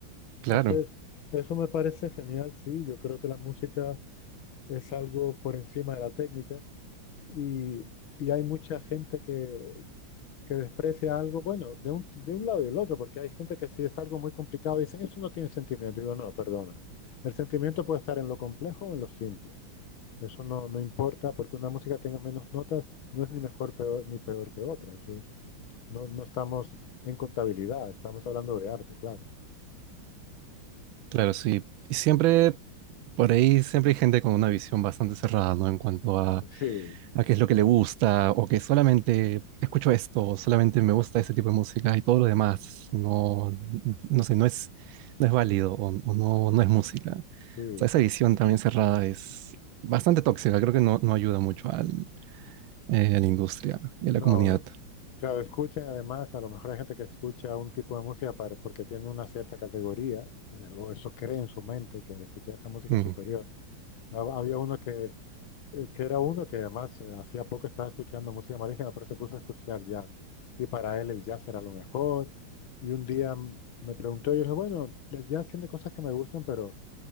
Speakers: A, on the right; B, on the left.
A: claro,
B: Entonces, eso me parece genial, sí. Yo creo que la música es algo por encima de la técnica y, y hay mucha gente que, que desprecia algo, bueno, de un, de un lado y del otro, porque hay gente que si es algo muy complicado dicen, eso no tiene sentimiento. Digo, no, perdona. El sentimiento puede estar en lo complejo o en lo simple. Eso no, no importa, porque una música tenga menos notas no es ni mejor peor, ni peor que otra. Eso no, no estamos en contabilidad, estamos hablando de arte, claro.
A: claro, sí. Y siempre, por ahí, siempre hay gente con una visión bastante cerrada, ¿no? En cuanto a
B: Sí,
A: a qué es lo que le gusta, o que solamente escucho esto, o solamente me gusta ese tipo de música y todo lo demás, no, no sé, no es, no es válido o, o no, no es música. O
B: sí.
A: sea, esa visión también cerrada es bastante tóxica, creo que no, no ayuda mucho al, eh, a la industria y
B: No.
A: a la comunidad.
B: Claro, escuchan además, a lo mejor hay gente que escucha un tipo de música para, porque tiene una cierta categoría, eh, o eso cree en su mente, que al escuchar esa música
A: Mm.
B: es superior. Hab- Había uno que, eh, que era uno que además eh, hacía poco estaba escuchando música malísima, pero se puso a escuchar jazz. Y para él el jazz era lo mejor. Y un día mm, me preguntó, y yo dije, bueno, el jazz tiene cosas que me gustan, pero...